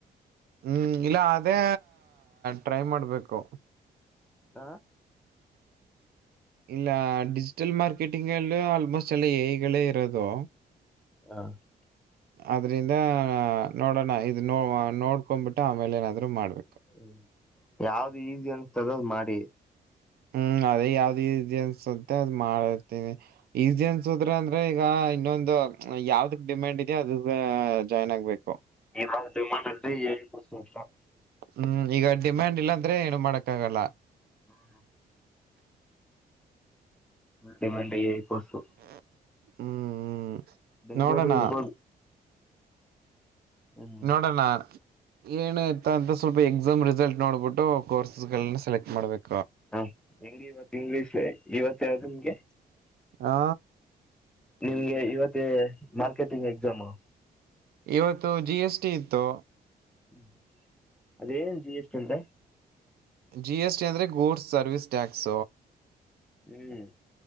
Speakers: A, on the right (about 80°); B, in the centre.
A: ಹ್ಮ್ ಇಲ್ಲ ಅದೇ ಟ್ರೈ ಮಾಡ್ಬೇಕು.
B: ಹಾ.
A: ಇಲ್ಲ ಡಿಜಿಟಲ್ ಮಾರ್ಕೆಟಿಂಗ್ ಅಲ್ಲಿ ಆಲ್ಮೋಸ್ಟ್ ಅಲ್ಲಿ ಎಐಗಳೇ ಇರೋದು.
B: ಹಾ.
A: ಅದ್ರಿಂದ ನೋಡೋಣ ಇದು ನೋ ನೋಡ್ಕೊಂಬಿಟ್ಟು ಆಮೇಲೆ ಏನಾದ್ರು ಮಾಡ್ಬೇಕು.
B: ಹ್ಮ ಯಾವ್ದು ಈಸಿ ಅನ್ತದೋ ಅದು ಮಾಡಿ.
A: ಹ್ಮ್ ಅದೇ ಯಾವ್ದು ಈಜಿ ಅನ್ಸುತ್ತೆ ಅದ್ ಮಾಡತೀನಿ. ಈಸಿ ಅನ್ಸುದ್ರ ಅಂದ್ರೆ ಈಗ ಇನ್ನೊಂದು ಯಾವ್ದಕ್ ಡಿಮ್ಯಾಂಡ್ ಇದೇ ಅದಕ ಜಾಯ್ನ್ ಆಗ್ಬೇಕು.
B: ಇವ್ಗ ಡಿಮಾಂಡ್ <unintelligible>
A: ಹ್ಮ್ ಈಗ ಡಿಮ್ಯಾಂಡ್ ಇಲ್ಲಾಂದ್ರೆ ಏನು ಮಾಡಕ್ಕಾಗಲ್ಲ.
B: ಹ್ಮ. ಡಿಮ್ಯಾಂಡ್ ಹೇ ಕೋರ್ಸು.
A: ಹ್ಮ್ ಹ್ಮ್
B: ಬೆಂಗ್ಗಳೂರು
A: ನೋಡೋಣ
B: ಇರ್ಬೋದು. ಹ್ಮ್
A: ನೋಡೋಣ. ಏನಯ್ತ ಅಂತ ಸ್ವಲ್ಪ ಎಕ್ಸಾಮ್ ರಿಸಲ್ಟ್ ನೋಡ್ಬಿಟ್ಟು ಕೋರ್ಸಸ್ಗಳನ್ನ ಸೆಲೆಕ್ಟ್ ಮಾಡ್ಬೇಕ.
B: <unintelligible> ಇಂಗ್ಲೀಷ ಇವತ್ತ ಯಾವ್ದು ನಿಮ್ಗೆ.
A: ಆ
B: ನಿಮ್ಗೆ ಇವತ್ತೆ ಮಾರ್ಕೆಟಿಂಗ್ ಎಕ್ಸಾಮು.
A: ಇವತ್ತು ಜಿ ಎಸ್ ಟಿ ಇತ್ತು.
B: ಹ್ಮ್ ಅದೇನ್ ಜಿ ಎಸ್ ಟಿ ಅಂದ್ರೆ.
A: ಜಿ ಎಸ್ ಟಿ ಅಂದ್ರೆ ಗೂಡ್ಸ್ ಸರ್ವಿಸ್ ಟ್ಯಾಕ್ಸ್.
B: ಹ್ಮ್.